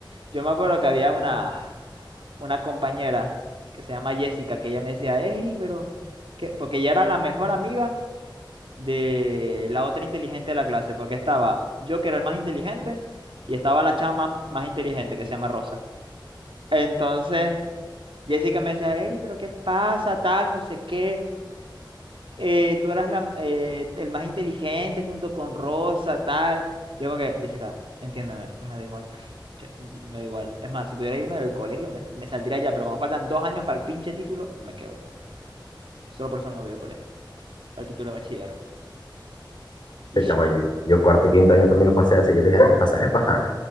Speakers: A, on the right; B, on the left.
A: Yo me acuerdo que había una, una compañera que se llama Jessica, que ella me decía, Eri, pero, ¿qué? Porque ella era la mejor amiga de la otra inteligente de la clase, porque estaba yo que era el más inteligente y estaba la chama más inteligente que se llama Rosa. Entonces, Jessica me decía, Eri, pero ¿qué pasa? Tal, no sé qué. eh, tú eras la- eh, el más inteligente junto con Rosa, tal. Yo como que, Jessica, entiéndeme, me da igual. <laughs> Ch- y- Me da igual. Es más, si pudiera irme del colegio, me, me saldría ya, pero como faltan dos años para el pinche título, me quedo. Solo por eso no me voy al colegio, para el título de bachiller. Y
B: Este
A: ya.
B: chamo, yo, yo cuarto y quinto año también lo pasé así. Yo dije, "Ay, pasar es pasar.